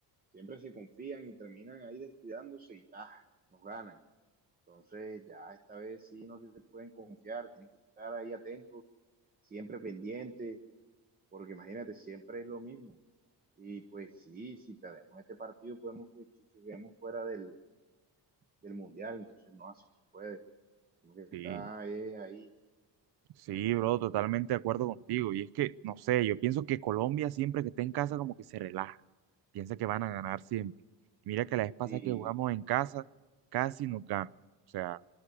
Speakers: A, on the right; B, on the right.
A: siempre se confían y terminan ahí descuidándose y ¡ah! nos ganan. Entonces, ya esta vez sí no se pueden confiar, tienen que estar ahí atentos, siempre pendientes, porque imagínate, siempre es lo mismo. Y pues sí, si perdemos este partido, podemos que, que- que quedemos fuera del del mundial, entonces no así se puede. Como que está
B: Sí,
A: eh, ahí.
B: sí, bro, totalmente de acuerdo contigo. Y es que, no sé, yo pienso que Colombia siempre que está en casa como que se relaja, piensa que van a ganar siempre. Y mira que la vez pasada
A: Sí,
B: que jugamos en casa, casi nos ganan. O sea,